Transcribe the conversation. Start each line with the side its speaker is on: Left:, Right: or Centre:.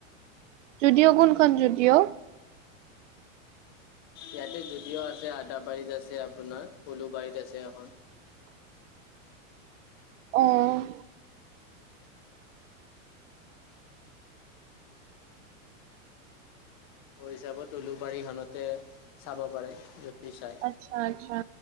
Right: জুডিঅ' কোনখন জুডিঅ'?
Left: ইয়াতে জুডিঅ' আছে আদাবাৰীত আছে, আপোনাৰ উলুবাৰীত আছে এখন।
Right: অহ
Left: মোৰ হিচাপত উলুবাৰী খনতে চাব পাৰে যদি চাই।
Right: আচ্ছা আচ্ছা।